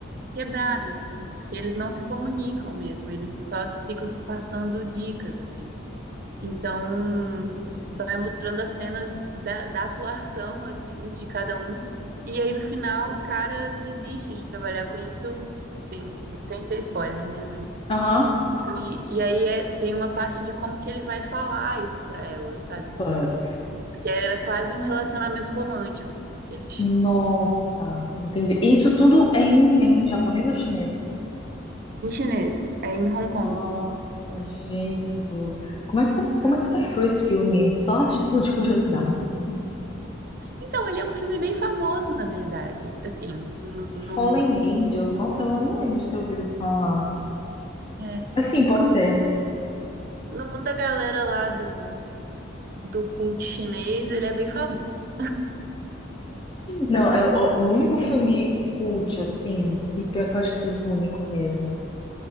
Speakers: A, on the right (about 50°); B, on the left (about 25°).
A: quebradas, assim, porque eles não se comunicam mesmo, eles só ficam se passando dicas, assim. Então, vai mostrando as cenas da, da atuação, assim, de cada um, e aí no final o cara desiste de trabalhar com isso, sim, sem ser spoiler, né, mas...
B: Aham.
A: E, e aí é, tem uma parte de como que ele vai falar isso pra ela, sabe, que,
B: Put.
A: que era quase um relacionamento romântico, assim, que eles tinham.
B: Nossa, entendi. Isso tudo é em, é em japonês ou chinês?
A: Em chinês, é em Hong Kong.
B: Nossa, Jesus. Como é que você, como
A: Uhum.
B: é que você achou esse filme? Só a título de curiosidade, assim.
A: Então, ele é um filme bem famoso, na verdade. Assim, no, no,
B: Fallen Angels. Nossa, eu não lembro de ter ouvido falar.
A: é,
B: Assim, pode
A: no, mu-
B: ser.
A: no mundo da galera lá do, do culto chinês, ele é bem famoso.
B: Não, é, o, o único filme cult, assim, e pior que eu acho que foi o único mesmo.